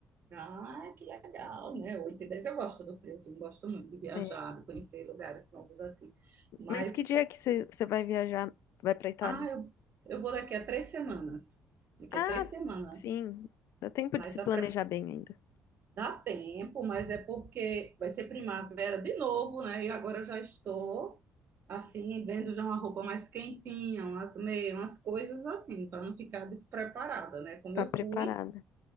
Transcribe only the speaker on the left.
É.
Mas que dia que você você vai viajar? Vai pra Itália?
Ah,
sim. Dá tempo de
se
planejar
bem ainda.
Tá
preparada.